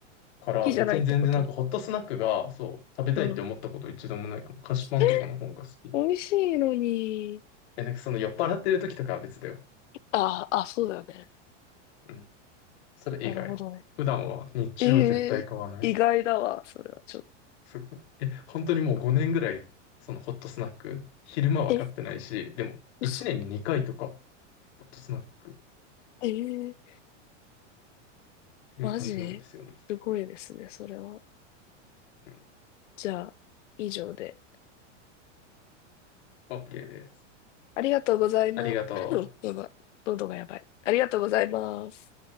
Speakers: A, on the left (about 60°); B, on the left (about 75°).
A: から別に全然なんかホットスナックが、
B: きじゃないってこと
A: そう、食べたいって思ったこと一度もないかも。
B: うん。
A: 菓子パンとかの方が好き。
B: え、美味しいのに。
A: え、なんかその酔っ払ってる時とかは別だよ。
B: あ、あ、そうだよね。
A: うん。それ以外。
B: なるほどね。
A: 普段は、日中は絶対買わない。
B: ええ意外だわ、それはちょっと。
A: すごい。え、本当にもう5年ぐらい、そのホットスナック、昼間は買ってないし、
B: え、
A: でも1年に2回とか、
B: 嘘。
A: ホットスナックっ
B: ええ
A: ていう感じなんですよね。
B: マジすごいですね、それは。
A: うん。
B: じゃあ、以上で。
A: OK です。
B: ありがとうございます。
A: ありがとう。
B: <coughs> <laughs> やばい。喉がやばい。ありがとうございます。